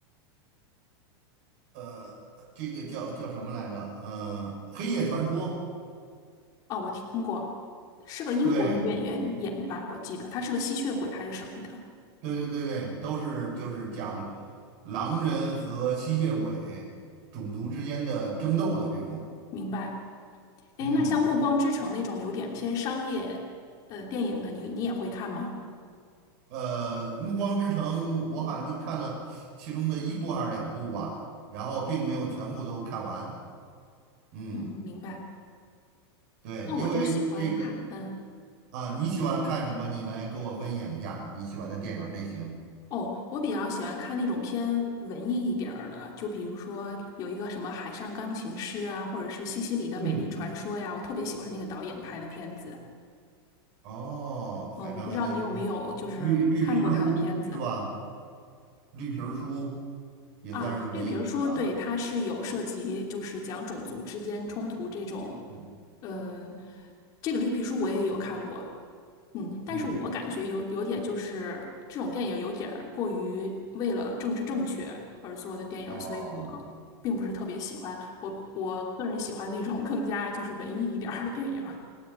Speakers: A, on the right (about 40°); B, on the left (about 25°).
A: 呃，呃这个叫叫什么来着？呃，《黑夜传说》
B: 哦，我听过，是个英国女演员演吧，
A: 对。
B: 我记得她是个吸血鬼还是什么的。
A: 对对对对都是就是讲狼人和吸血鬼种族之间的争斗的这种。
B: 明白。
A: 嗯，
B: 哎，那像《暮光之城》那种有点偏商业呃电影的，你你也会看吗？
A: 呃，《暮光之城》我好像就看了其中的一部还是两部吧，然后并没有全部都看完。嗯，
B: 嗯，明白。
A: 对，
B: 那我就喜欢看，
A: 因为这个。
B: 嗯。
A: 啊，你喜欢看什么？你来给我分享一下你喜欢的电影类型。
B: 哦，我比较喜欢看那种偏文艺一点儿的，就比如说有一个什么《海上钢琴师》啊，或者是《西西里的美丽传说》呀，
A: 嗯，
B: 我特别喜欢那个导演拍的片子。嗯
A: 哦，
B: 嗯，
A: 《海上钢琴师》
B: 我不知道你有没有就是看过他的片子
A: 绿绿皮儿书是吧？绿皮儿书也算是文艺片吧。
B: 啊？绿皮儿书》对，他是有涉及就是讲种族之间冲突这种，
A: 嗯
B: 嗯，这个绿皮书我也有看过。嗯，但是我感觉有有点就是这种电影有点儿过于为了政治正确而做的电影儿，
A: 嗯，哦，
B: 所以我并不是特别喜欢。我我个人喜欢那种更加就是文艺一点儿的电影儿。